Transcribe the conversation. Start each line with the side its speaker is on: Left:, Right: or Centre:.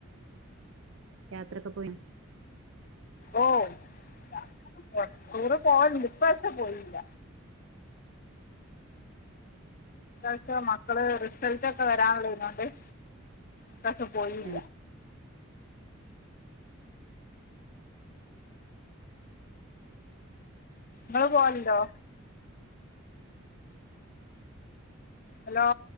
Right: യാത്രൊക്കെ പോയാ
Left: ഓ യാത്രയോക്കെ ടൂറ് പോവാൻ ഇപ്പ വർഷം പോയില്ല അക്ക മക്കള് റിസൾട്ട ഒക്കെ വരാനുള്ള ഇതൊണ്ട് ഈ പ്രാവശ്യം പോയില്ല
Right: ഏഹ്
Left: നിങ്ങള് പോവലുണ്ടോ ഹലോ